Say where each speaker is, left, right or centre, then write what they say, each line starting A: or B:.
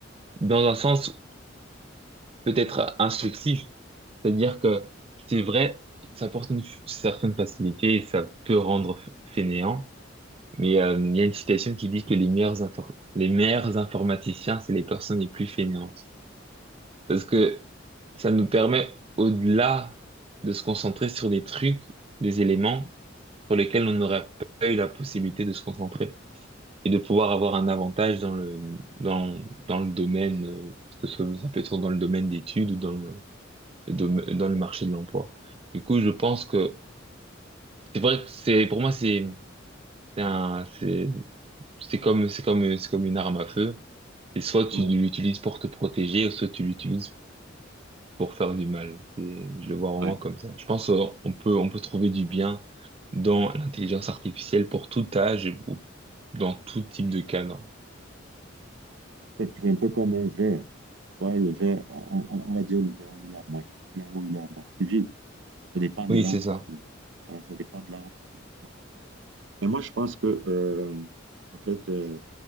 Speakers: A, on the right; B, on the right.
A: Dans un sens peut-être instructif, c'est-à-dire que c'est vrai, ça apporte une f- certaine facilité et ça peut rendre f- fainéant, Mais euh, il y a une citation qui dit que les meilleurs infor- les meilleurs informaticiens, c'est les personnes les plus fainéantes. Parce que ça nous permet, au-delà de se concentrer sur des trucs, des éléments sur lesquels on n'aurait pas eu la possibilité de se concentrer et de pouvoir avoir un avantage dans le, dans, dans le domaine, euh, que ce- ça peut être dans le domaine d'études ou dans le, le dom- dans le marché de l'emploi. Du coup, je pense que c'est vrai que c'est, pour moi, c'est c'est un, c'est, c'est comme, c'est comme, c'est comme une arme à feu C'est soit tu
B: Ouais.
A: l'utilises pour te protéger, soit tu l'utilises pour faire du mal. Et je le vois vraiment
B: Ouais.
A: comme ça. Je pense euh, on peut on peut trouver du bien dans l'intelligence artificielle pour tout âge ou dans tout type de cadre.
B: C'est c'est un peu comme un verre. Ouais, le verre, on, on- on va dire le verre, il est à moitié plein ou il est à moitié vide. Ça dépend de
A: Oui,
B: là
A: c'est
B: où
A: ça.
B: on se trouve. Voilà, ça dépend de là où on se trouve. Et moi, je pense que, euh, en fait, euh,